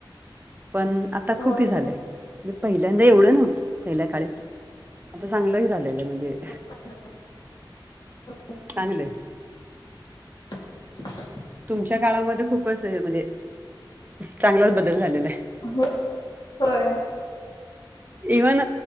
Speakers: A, on the right; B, on the left.
A: पण आता
B: होय
A: खुप हे झालयं पहिल्यांदा एवढं नव्हतं, पहिल्या काळी आता चांगलं ह झालेलयं म्हणजे
B: <unintelligible> होय.
A: चांगलंय.
B: <unintelligible>
A: तुमच्या काळामध्ये खूपच हे म्हणजे चांगलाच बदल झालेला आहे.
B: होय होय.
A: इव्हन